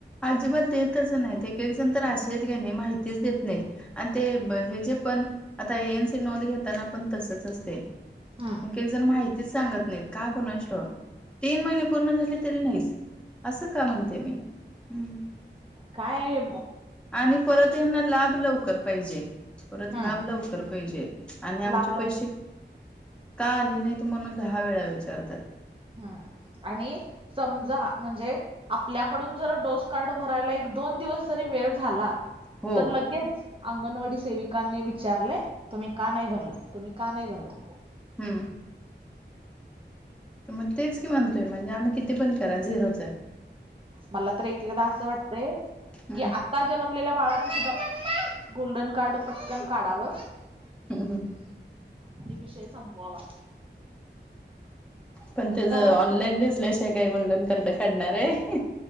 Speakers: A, in the centre; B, on the right.
A: अजिबात देतच नाहीत, एक-एक जण तर आशे येत कि नई माहितीच देत नाहीत. आणि ते हे जे पण, आता ये यांचं नोंद घेताना पण तसच असतये.
B: हम्म
A: एक-एक जण माहितीच सांगत नाहीत, का कुणास ठाव, तीन महिने पूर्ण झाले तरी नाहीच, असं का? म्हणते मी. हम्म
B: काये
A: आणि परत यांना लाभ लवकर पाहिजे. परत
B: हम्म
A: लाभ लवकर पाहिजे आणि आमचे
B: लाभ
A: पैसे
B: लव
A: का आले नाहीत म्हणून दहा वेळा विचारतात.
B: हन आणि समजा म्हणजे आपल्याकडून जर डोस कार्ड भरायला, एक-दोन दिवस जरी वेळ झाला
A: हो.
B: तर लगेच अंगणवाडी सेविकांनी विचारले, तुम्ही का नाही भरला? तुम्ही का नाही भरला?
A: हम्म. मग तेच कि म्हनते त म्हणजे आम्ही किती पण करा, झिरोच आहे.
B: मला तर एक-एकदा असं वाटतंय
A: हम्.
B: की आता जन्मलेल्या बाळाच सुद्धा, गोल्डन कार्ड पटकन काढाव
A: ह ह.
B: आणि विषय संपवावा.
A: पण ते ज
B: कारण
A: ऑनलाईन दिसल्या शिवाय काय गोल्डन कार्ड काढणार आहे